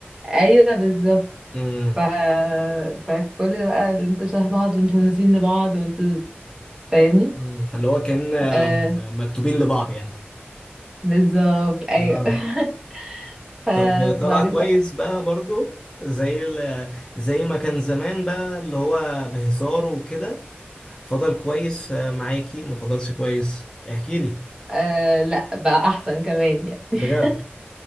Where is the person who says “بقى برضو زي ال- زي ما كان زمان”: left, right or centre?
Left